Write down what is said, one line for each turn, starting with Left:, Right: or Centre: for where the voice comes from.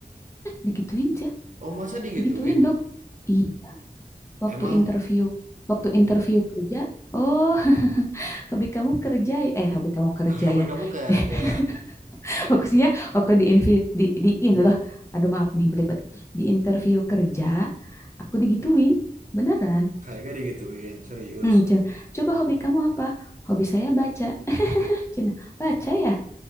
Left: Digituin aja,
Right: Oh, masa digituin?
Left: digituin dong. Iya, waktu
Right: Emang
Left: interview, waktu interview kerja, oh, <laughs> hobi kamu kerja ya? Eh, hobi kamu kerja
Right: <laughs> hobi
Left: ya.
Right: kamu kerja?
Left: <laughs> Maksudnya waktu di invi, di, di in loh. Aduh, maaf nih, belibet. Di interview kerja, aku digituin. Beneran.
Right: Kayaknya digituin, serius.
Left: Hmm, Cen, coba hobi kamu apa? Hobi saya baca. Cina baca ya